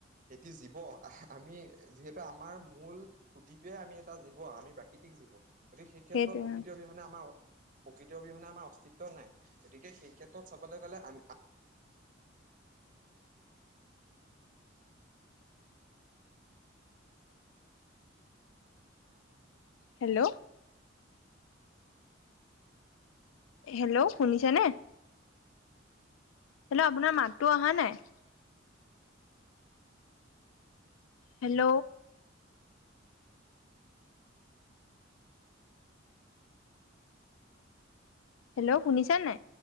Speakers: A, on the right; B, on the left.
A: এটি জীৱ আহ আমি যিহেতু আমাৰ মূল সুতিটোৱে আমি এটা জীৱ আমি প্ৰাকৃতিক জীৱ। গতিকে সেই ক্ষেত্ৰত
B: সেইটোৱে
A: প্ৰকৃৃতৰ
B: অ
A: অবিহনে আমাৰ প্ৰকৃৃতিৰ অবিহনে আমাৰ অস্তিত্ব নাই। গতিকে সেই ক্ষেত্ৰ ত চাবলে গ'লে আমি
B: হেল্ল'। হেল্ল' শুনিছানে? হেল্ল' আপোনাৰ মাতটো অহা নাই। হেল্ল। হেল্ল' শুনিছা নে নাই?